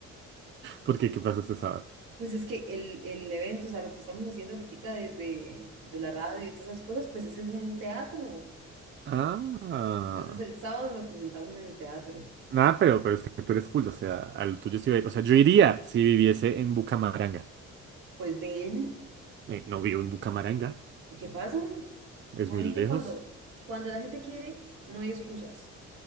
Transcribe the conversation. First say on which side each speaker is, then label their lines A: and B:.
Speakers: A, on the right; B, on the right.
A: Porque, ¿qué pasa este sábado?
B: Pues es que el, el evento, o sea, lo que estamos haciendo ahorita de, de, de la radio y todas esas cosas, pues es en un teatro.
A: Ah.
B: Entonces el sábado nos presentamos en el teatro.
A: Nada, pero, pero es que tú eres cool, o sea, al tuyo sí va a ir. O sea, yo iría si viviese en Bucamaranga.
B: Pues ven,
A: Eh, no vivo en Bucamaranga,
B: ¿y qué pasa?
A: es
B: La
A: muy
B: gente
A: lejos.
B: cuando, cuando la gente quiere, no hay excusas.